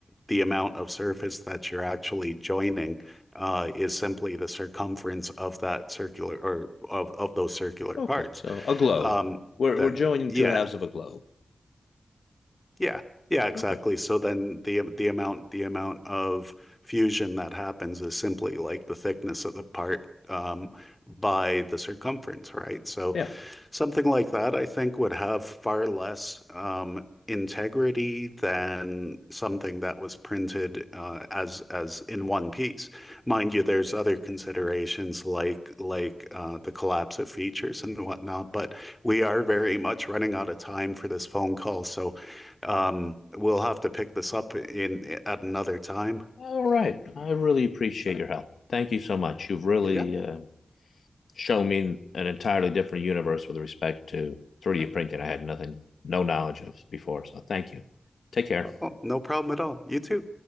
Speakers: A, on the left (about 15°); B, on the left (about 80°).
A: the amount of surface that you're actually joining uh, is simply the circumference of that circular or of, of those circular
B: Okay,
A: parts.
B: so a globe.
A: Um,
B: We're
A: then,
B: we're joining
A: yeah.
B: two halves of a globe.
A: Yeah. Yeah, exactly.
B: Okay.
A: So then the the amount the amount of fusion that happens is simply like the thickness of the part um, by the circumference, right? So
B: Yeah.
A: Something like that, I think, would have far less um, integrity than something that was printed uh, as as in one piece. Mind you, there's other considerations like like uh, the collapse of features and whatnot, but we are very much running out of time for this phone call, so um, we'll have to pick this up in at another time.
B: All right. I really appreciate your help. Thank you so much. You've really
A: Yeah,
B: uh, show me an entirely different universe with respect to 3D printing I had nothing, no knowledge of before. So thank you. Take care.
A: oh, no problem at all. You too.